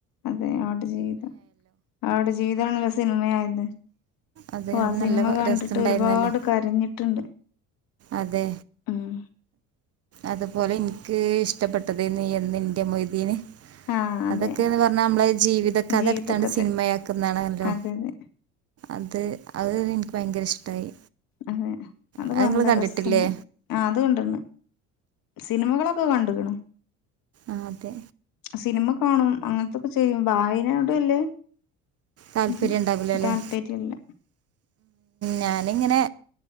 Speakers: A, on the left; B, on the right.
A: അതെ ആട് ജീവിതം ആട് ജീവിതണല്ല സിനിമയായത്
B: അതെ
A: ഓ
B: അത്
A: ആ സിനിമ
B: നല്ല
A: കണ്ടിട്ട്
B: രസണ്ടായിരുന്നല്ലോ
A: ഒരുപാട് കരഞ്ഞിട്ടുണ്ട്
B: അതെ
A: ഉം
B: അതുപോലെ എനിക്ക് ഇഷ ഇഷ്ടപ്പെട്ടത് ന എന്ന് എറെ മൊയ്തീന്
A: ആ അതെ
B: അതൊക്കെന്ന് പറഞ്ഞ നമ്മളെ ജീവിതക്ക
A: ജീവിതക്കഥ
B: അത എടുത്താണ്ട് സിനിമയാക്കുന്നാണല്ലോ
A: അതെ അതെ
B: അത് അത് എനിക്ക് ഭയങ്കര ഇഷ്ടായി
A: അതെ അതൊക്കെ
B: അത്
A: നല്ല
B: ഇങ്ങള് കണ്ടിട്ടില്ലേ
A: രസല്ല ആ അത് കണ്ടന്ന് സിനിമകളൊക്കെ കണ്ട കണം
B: ആത
A: സിനിമ കാണും അങ്ങനത്തൊക്കെ ചെയ്യും ഭായനോട അല്ലേ
B: താല്പര്യം
A: ഇത്
B: ഉണ്ടാവൂലല്ലേ
A: താല്പര്യല്ല
B: ഞാനിങ്ങനെ